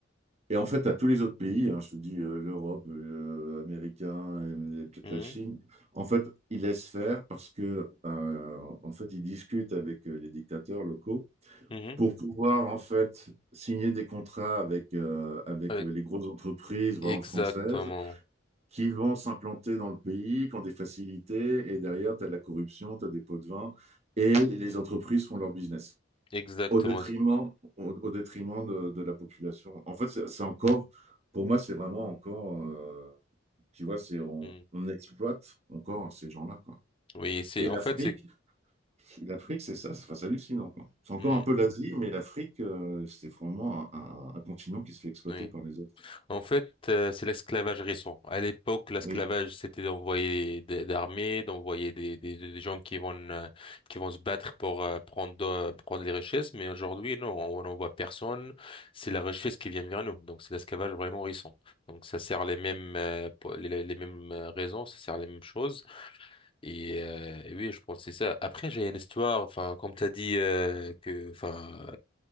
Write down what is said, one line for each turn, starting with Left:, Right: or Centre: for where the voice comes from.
Right: Et en fait, à tous les autres pays, hein, je te dis euh, l'Europe, euh, américain euh, et, peut-être
Left: mhm,
Right: la Chine, en fait, ils laissent faire parce que, ben, euh, en fait, ils discutent avec euh, les dictateurs locaux
Left: mhm.
Right: pour pouvoir, en fait, signer des contrats avec, euh, avec
Left: Avec-
Right: euh, les grosses entreprises, par
Left: Exactement.
Right: exemple, françaises, qui vont s'implanter dans le pays, qui ont des facilités, et derrière, tu as de la corruption, tu as des pots de vin, et les
Left: Mhm.
Right: entreprises font leur business
Left: Exactement.
Right: au détriment, au, au détriment de, de la population. En fait, c'est c'est encore, pour moi, c'est vraiment encore, euh, tu vois, c'est on,
Left: Mhm.
Right: on exploite encore ces gens-là, quoi.
Left: Oui, c'est
Right: Et
Left: en
Right: l'Afrique,
Left: fait c'est...
Right: l'Afrique, c'est ça, c'est enfin, c'est hallucinant, quoi. C'est encore
Left: Mhm,
Right: un
Left: mhm.
Right: peu l'Asie, mais l'Afrique, euh, c'est vraiment un, un- un continent qui se fait exploiter
Left: Oui.
Right: par les autres, quoi.
Left: En fait, euh, c'est l'esclavage récent. À l'époque, l'esclavage,
Right: Oui.
Left: c'était d'envoyer des, des armées, d'envoyer des, des, des gens qui vont, euh, qui vont se battre pour euh, prendre, euh, prendre les richesses. Mais aujourd'hui, non, on n'envoie personne. C'est la richesse qui vient vers nous. Donc, c'est l'esclavage vraiment récent. Donc, ça sert les mêmes, euh, po- les, les mêmes euh, raisons, ça sert les mêmes choses. Et, euh, et oui, je pense que c'est ça. Après, j'ai une histoire, enfin, comme tu as dit, euh, que, enfin,